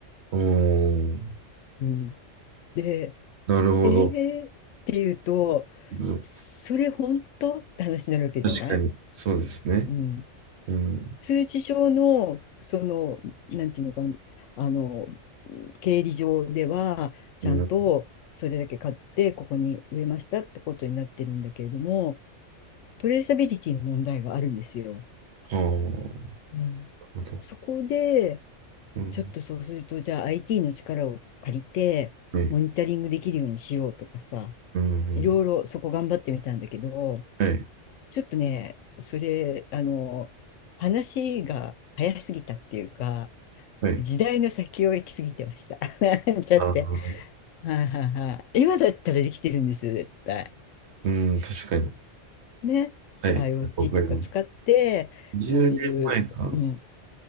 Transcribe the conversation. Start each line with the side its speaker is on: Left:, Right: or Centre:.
Right: おー、
Left: うん、で、
Right: なるほど。
Left: えーって言うと、
Right: うん
Left: それ本当って話になるわけじゃない、
Right: 確かに、そうですね。
Left: うん、
Right: うん。
Left: 数字上の、その、なんていうのかな、あの、経理上では、ちゃんとそれだけ買って、
Right: うん。は
Left: ここに植えましたってことになってるんだけれども、トレーサビリティの問題があるんですよ。
Right: あ、なる
Left: うん。
Right: ほど。
Left: そこで、
Right: うん。
Left: ちょっとそうすると、じゃあ IT の力を借りて、
Right: はい。
Left: モニタリングできるようにしようとかさ、
Right: うん。
Left: いろいろそこ頑張ってみたんだけど、
Right: はい。
Left: ちょっとね、それ、あの、話が早すぎたっていうか、
Right: はい。
Left: 時代の先を行き過ぎてました。<laughs> なんちゃって。
Right: あー、
Left: はいはいはい。今だったらできてるんですよ、絶対。
Right: うん、確かに。
Left: ね。そう
Right: はい。
Left: IoT
Right: わかります。
Left: とか使って、
Right: 20年前か。
Left: そういう、うん、